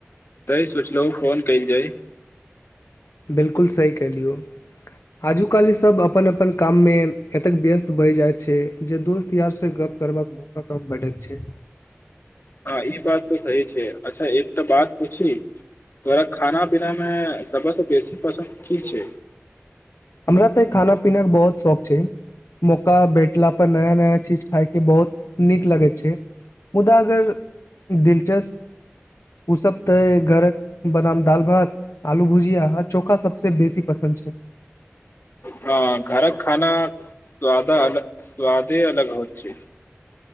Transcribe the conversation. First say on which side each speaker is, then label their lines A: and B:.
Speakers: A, on the left; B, on the left.
A: तय सोचलहु फोन कयल जाय
B: बिलकुल सही कयलिअइ आजुकाल ई सभ अपन अपन काममे एतेक व्यस्त भय जाइत छै जे दोस्त यारसँ गप करबा कि मौका कम भेटैत छैइ
A: हँ ई बात तऽ सही छैइ अच्छा एक तऽ बात पुछी तोरा खाना पीनामे सबसँ बेसी पसन्द की छैइ
B: हमरा तऽ खाना पीनाके बहुत शौक छै मौका भेटला पर नया नया चीज खायके बहुत नीक लगैत छै मुदा अगर दिलचस्प ओसभ तऽ घरक बदाम दाल भात आलू भूजिया हां चोखा सबसँ बेसी पसन्द छै
A: हं घरक खाना स्वाद अल स्वादे अलग हो छैइ